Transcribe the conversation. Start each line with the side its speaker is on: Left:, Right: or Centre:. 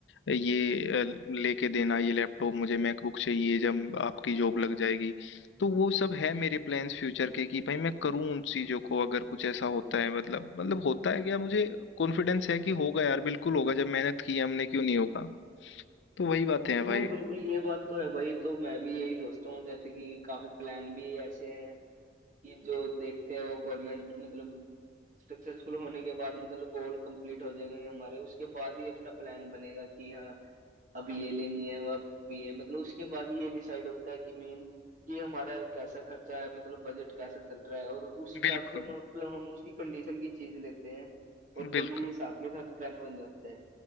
Left: ये अ, लेके देना ये लैपटॉप मुझे मैकबुक चाहिए जब आपकी जॉब लग जाएगी। तो वो सब है मेरे प्लान्स
Right: हम्म।
Left: फ्यूचर के कि भाई मैं करूँ उन चीज़ों को अगर कुछ ऐसा होता है मतलब मतलब होता है क्या मुझे कॉन्फिडेंस है कि होगा यार बिल्कुल होगा जब मेहनत की है हमने क्यों नहीं होगा। तो वही बातें हैं भाई।
Right: हाँ बिल्कुल ये बात तो है भाई तो मैं भी यही सोचता हूँ जैसे कि काफी प्लान भी ऐसे हैं कि जो देखते हैं वो गवर्नमेंट मतलब सक्सेसफुल होने के बाद मतलब गोल कंप्लीट हो जाएंगे हमारे उसके बाद ही अपना प्लान बनेगा कि हाँ अब ये लेनी है अब ये मतलब उसके बाद ही ये डिसाइड होता है कि मेन कि हमारा कैसा खर्चा है मतलब बजट कैसा चल रहा है और उस हिसाब
Left: बिल्कुल,
Right: से हम मतलब हम उसी कंडीशन की चीज लेते हैं और
Left: बिल्कुल।
Right: तभी साथ के साथ प्लान बन जाता है